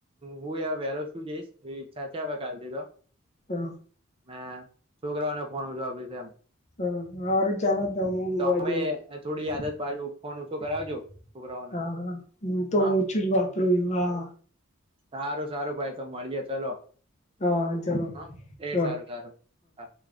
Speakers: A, on the right; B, on the left.
A: હુંઈ હવે વેલો શું જઈશ એવી ઈચ્છા છે હવે કાલથી તો.
B: હા
A: મેં છોકરાઓને ફોન ઓછો આપી છે એમ.
B: હ હારું ચાલ. હું ઊંઘવા
A: તમે
B: જવ, <unintelligible>
A: થોડી આદત પાડજો ફોન ઓછો કરાવજો છોકરાઓને
B: હુ તો
A: હા
B: ઓછું જ વાપરું છું, હા.
A: સારું સારું ભાઈ તો મળીએે ચલો.
B: હા ચાલો
A: હઅ એ
B: હા
A: સારું સારું હા.